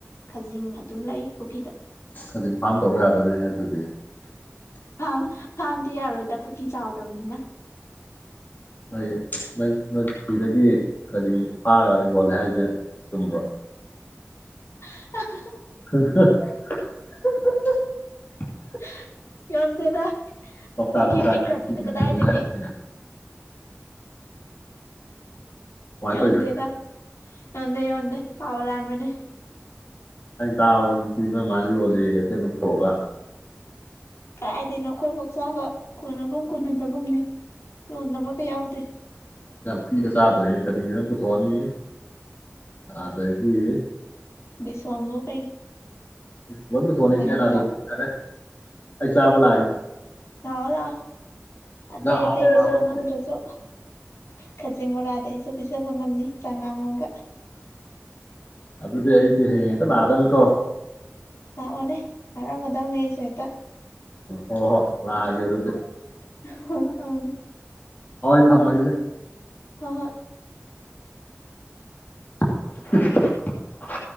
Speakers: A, on the left; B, on the left.
A: ꯈꯖꯤꯡ ꯑꯗꯨꯝ ꯂꯩ ꯄꯨꯈꯤꯗ
B: ꯑꯗꯨꯏ ꯐꯥꯔꯝ ꯇꯧꯕ ꯌꯥꯗꯣꯔꯤꯅꯦ ꯑꯗꯨꯗꯤ
A: ꯐꯥꯝ ꯐꯥꯝ ꯇꯤ ꯌꯥꯔꯣꯏꯗ ꯄꯨꯈꯤ ꯆꯥꯎꯗꯕꯅꯤꯅ
B: ꯑꯩ ꯅꯪ ꯅꯣꯏ ꯄꯨꯈꯤꯗꯒꯤ ꯈꯖꯤꯡ ꯐꯥꯔ ꯌꯣꯜꯂꯦ ꯍꯥꯏꯖꯦ ꯆꯨꯝꯕ꯭ꯔꯣ
A: <unintelligible>
B: <unintelligible>
A: <unintelligible> ꯌꯣꯟꯗꯦꯗ
B: ꯀꯧꯇꯥ
A: ꯑꯀꯤ
B: ꯀꯧꯇꯥ
A: ꯄꯤꯛꯈ꯭ꯔꯖꯤꯗ ꯀꯗꯥꯏꯗꯒꯤ
B: ꯌꯣꯜꯂꯦ ꯍꯥꯏꯔꯤꯅꯦ ꯀꯃꯥꯏꯅ
A: ꯌꯣꯟꯗꯦꯗ
B: ꯇꯧꯔꯤꯖꯥꯠꯅꯣ
A: ꯌꯣꯟꯗꯦ ꯌꯣꯟꯗꯦ꯫ ꯄꯥꯎ ꯂꯥꯟꯕꯅꯦ
B: ꯑꯩ ꯇꯥꯕꯗꯗꯤ ꯅꯣꯏꯃꯥꯅ ꯌꯣꯜꯂꯦꯌꯦ ꯀꯩꯊꯦꯟꯗ ꯄꯨꯊꯣꯛꯑꯒ
A: ꯀꯗꯩꯅꯣ ꯑꯈꯣꯏꯕꯧ ꯆꯥꯕ ꯀꯣꯟꯅꯒꯨꯝ ꯀꯣꯟꯅꯗꯒꯨꯝꯅꯦ ꯌꯣꯟꯅꯕ ꯒ ꯌꯥꯎꯗꯦ
B: ꯐꯤꯗ ꯆꯥꯗꯣꯔꯦꯅꯦ ꯈꯖꯤꯡꯖꯤ ꯅꯪ ꯄꯨꯊꯣꯛꯑꯅꯤ ꯑꯗꯒꯤ
A: ꯕꯤꯁꯣꯟꯕꯨ
B: ꯂꯣꯏ ꯄꯨꯊꯣꯑꯅꯤ ꯏꯆꯦꯅ
A: ꯑꯝꯗ
B: ꯑꯗꯨꯗꯤ ꯐꯔꯦ ꯑꯩ ꯆꯥꯕ ꯂꯥꯑꯒꯦ
A: ꯂꯥꯑꯣ ꯂꯥꯎ ꯑꯇꯩ
B: ꯑꯍꯥꯎꯕ
A: ꯑꯇꯩ ꯄꯤꯖꯥ
B: ꯍꯥꯞꯄꯝꯃꯣ
A: ꯉꯝꯗꯔ꯭ꯖꯨ ꯈꯖꯤꯡ ꯕꯣꯔꯥꯗꯤ ꯑꯩꯁꯨ ꯄꯤꯖꯕ ꯉꯝꯅꯤ ꯆꯥꯉꯥꯡ ꯑꯃꯒ
B: ꯑꯗꯨꯗꯤ ꯑꯩꯗꯤ ꯍꯌꯦꯡ ꯍꯦꯛꯇ ꯂꯥꯛꯑꯗꯝꯅꯤꯀꯣ
A: ꯂꯥꯛꯑꯣꯅꯦ <unintelligible> ꯃꯗꯧꯅꯤ ꯑꯩꯁꯨ ꯍꯦꯛꯇ
B: ꯍꯣ ꯍꯣ ꯂꯥꯛ ꯑꯒꯦ ꯑꯗꯨꯗꯤ
A: ꯑꯍ ꯍꫭ ꯑꯝ
B: ꯍꫭ ꯑꯩ ꯊꯝꯃꯒꯦꯁꯦ
A: ꯍꫭ ꯍꯣꯏ
B: <inaudible>